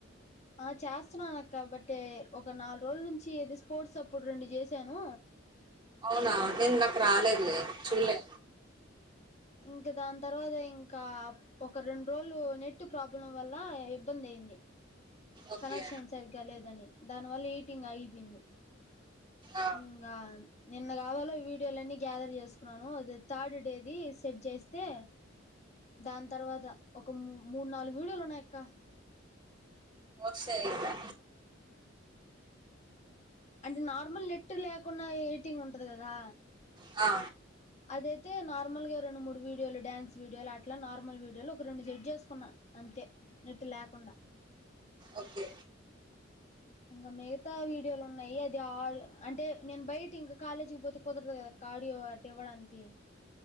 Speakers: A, on the left (about 35°); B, on the right (about 25°).
A: ఆ చేస్తున్నానక్క బట్ ఏ ఒక నాలుగు రోజుల నుంచి ఎది స్పోర్ట్స్ అప్పుడు రెండు చేసాను
B: అవునా నేను నాకు రాలేదులే చూలే
A: ఇంకా దాని తర్వాత ఇంకా ఒక రెండు రోజులు నెట్ ప్రాబ్లం వల్ల ఇబ్బంది అయింది
B: ఓకే
A: కనెక్షన్ సరిగ్గా లేదని దానివల్ల హీటింగ్ ఆగిపోయింది
B: ఆ
A: ఇంగ నిన్న కావాలో వీడియోలన్ని గ్యాదర్ చేసుకున్నాను ద థర్డ్ డేది సెట్ చేస్తే దాని తర్వాత ఒక మూడు నాలుగు వీడియోలు ఉన్నాయ క్క
B: వర్ష అయిలా
A: అంటే నార్మల్ నెట్ లేకుండ ఎడిటింగ్ ఉంటది కదా
B: ఆ
A: అదైతే నార్మల్ గా రెండు మూడు వీడియోలు డాన్స్ వీడియోలు అట్లా నార్మల్ వీడియోలు ఒక రెండు సెట్ జేసుకున్నా అంతే నెట్టు లేకుండా
B: ఓకే
A: ఇంకా మిగతా వీడియోలు ఉన్నాయి అది ఆ అంటే నేను బయట ఇంక కాలేజీకి పోతే కుదరదు కదా క్క ఆడియో అట్ ఇవ్వడానికి